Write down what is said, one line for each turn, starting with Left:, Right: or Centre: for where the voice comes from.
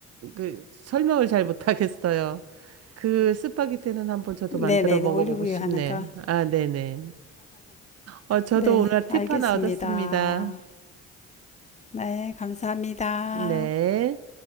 Right: 그 설명을 잘 못하겠어요. 그 스파게티는 한번 저도
Left: 네네네,
Right: 만들어 먹어보고
Left: 올리브유
Right: 싶네.
Left: 하나가.
Right: 아, 네네. 어, 저도
Left: 네,
Right: 오늘 팁
Left: 알겠습니다.
Right: 하나 얻었습니다.
Left: 네, 감사합니다.
Right: 네.